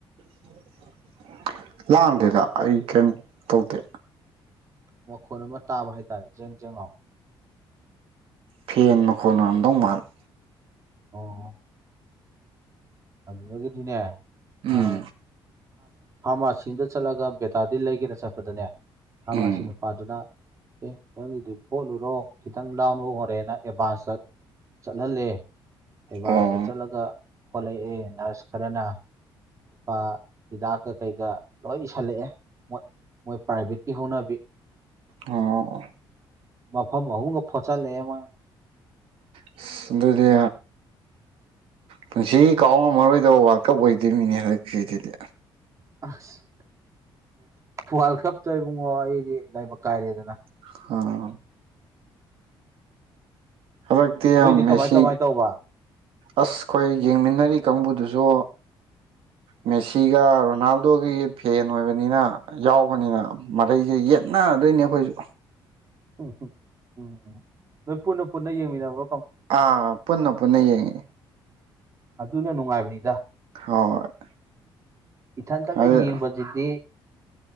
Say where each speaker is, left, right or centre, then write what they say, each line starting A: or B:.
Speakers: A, on the right; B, on the right.
A: <unintelligible> ꯂꯥꯡꯗꯦꯗ ꯑꯩ ꯀꯩꯝ ꯇꯧꯗꯦ
B: ꯃꯈꯣꯜ ꯑꯃ ꯇꯥꯕ ꯍꯥꯏꯇꯥꯔꯦ ꯖꯦꯡ ꯖꯦꯡ ꯂꯥꯎ
A: ꯐꯦꯟ ꯃꯈꯣꯟ ꯑꯣꯢꯔꯝꯗꯧ ꯃꯥꯜꯂꯤ
B: ꯑꯣ ꯑꯗꯨꯗꯒꯤꯗꯤꯅꯦ
A: ꯎꯝ
B: ꯑ ꯐꯥꯔꯃꯥꯁꯤ ꯑꯝꯗ ꯆꯠꯂꯒ ꯕꯦꯇꯥꯗꯤꯟ ꯂꯩꯒꯦꯅꯥ ꯆꯠꯄꯗꯅꯦ ꯐꯥꯔꯃꯥꯁꯤ
A: ꯎꯝ
B: ꯅꯨꯄꯥꯗꯨꯅ ꯑꯦ ꯅꯪꯒꯤꯗꯨ ꯐꯣꯠꯂꯨꯔꯣ ꯈꯤꯇꯪ ꯂꯥꯎꯅꯝ ꯍꯣꯔꯦꯅ ꯑꯦꯗꯚꯥꯟꯁꯇ ꯆꯠꯍꯜꯂꯦ ꯑꯦꯗꯚꯥꯟꯁꯇ
A: ꯑꯣ
B: ꯆꯠꯂꯒ ꯑꯦ ꯅ꯭ꯥꯔꯁ ꯈꯥꯔꯅ ꯂꯨꯄꯥ ꯍꯤꯗꯥꯛꯀ ꯀꯩꯀꯥ ꯂꯣꯏ ꯏꯁꯜꯂꯛꯑꯦ ꯃꯣꯏ ꯃꯣꯏ ꯄ꯭ꯔꯥꯏꯚꯦꯠꯀꯤ ꯍꯧꯅꯕꯤ
A: ꯑꯣ
B: ꯃꯐꯝ ꯑꯍꯨꯝꯒ ꯐꯣꯠꯆꯜꯂꯛꯑꯦ ꯃꯣꯏꯅ
A: ꯑꯁ ꯑꯗꯨꯗꯤ ꯄꯨꯟꯁꯤ ꯀꯥꯎ ꯉꯝꯃꯔꯣꯏꯗꯕ ꯋꯥꯔꯜ ꯀꯞ ꯑꯣꯏꯗꯣꯏꯃꯤꯅꯦ ꯍꯧꯖꯤꯛꯀꯤꯗꯨꯗꯤ
B: ꯑꯥꯁ ꯋꯥꯔꯜ ꯀꯞꯇ ꯏꯕꯨꯡꯉꯣ ꯑꯩꯗꯤ ꯂꯥꯏꯕꯛ ꯀꯥꯏꯔꯦꯗꯅ
A: <unintelligible> ꯍꯥꯟꯗꯛꯇꯤ
B: ꯅꯣꯏꯗꯤ
A: ꯃꯦꯁꯤ
B: ꯀꯃꯥꯏ ꯀꯃꯥꯏ ꯇꯧꯕ
A: ꯑꯁ ꯑꯩꯈꯣꯏ ꯌꯦꯡꯃꯤꯟꯅꯔꯤ ꯀꯥꯡꯕꯨꯗꯨꯁꯨ
B: <inaudible>
A: ꯃꯦꯁꯤꯒ ꯔꯣꯅꯥꯜꯗꯣꯒꯤ ꯐꯦꯟ ꯑꯣꯏꯕꯅꯤꯅ ꯌꯥꯎꯕꯅꯤꯅ ꯃꯔꯩꯁꯦ ꯌꯦꯠ ꯅꯥꯗꯣꯏꯅꯦ ꯑꯩꯈꯣꯏꯁꯨ
B: ꯎꯝ ꯎꯝ ꯎꯝ ꯅꯣꯏ ꯄꯨꯟꯅ ꯄꯨꯟꯅ ꯌꯦꯡꯃꯤꯟꯅꯕ
A: ꯑꯥ ꯄꯨꯟꯅ ꯄꯨꯟꯅ ꯌꯦꯡꯉꯤ
B: ꯑꯗꯨꯅ ꯅꯨꯡꯉꯥꯏꯕꯅꯤꯗ
A: ꯍꯣꯏ
B: ꯏꯊꯟꯇꯒ
A: ꯑꯗꯩ
B: ꯌꯦꯡꯕꯁꯤꯗꯤ